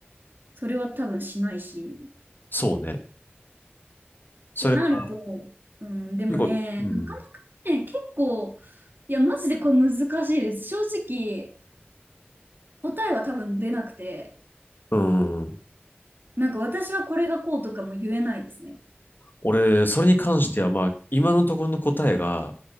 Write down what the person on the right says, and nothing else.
それは多分しないし。
ってなると、うん、でもね、
なかなかね、結構、いや、マジでこれ難しいです。正直、答えは多分出なくて、
なんか私はこれがこうとかも言えないですね。